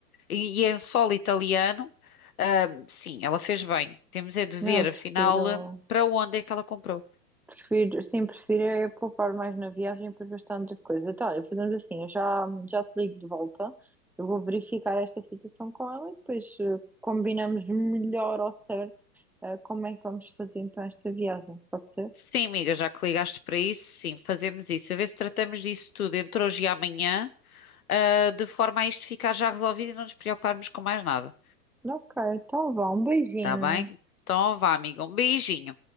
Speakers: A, on the left (about 60°); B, in the centre.
A: E, e em solo italiano, ah, sim, ela fez bem. Temos é de
B: Não,
A: ver,
B: eu prefiro.
A: afinal, eh, para onde é que ela comprou.
B: Prefiro, sim, prefiro é poupar mais na viagem para gastar outras coisas. Então, olha, fazemos assim, eu já, já te ligo de volta, eu vou verificar esta situação com ela e depois eh, combinamos melhor ao certo eh, como é que vamos fazer então esta viagem, pode ser?
A: Sim, amiga, já que ligaste para isso, sim, fazemos isso. A ver se tratamos disso tudo entre hoje e amanhã, ah, de forma a isto ficar já resolvido e não nos preocuparmos com mais nada.
B: Ok, então vá, um beijinho.
A: Está bem? Então, vá, amiga, um beijinho.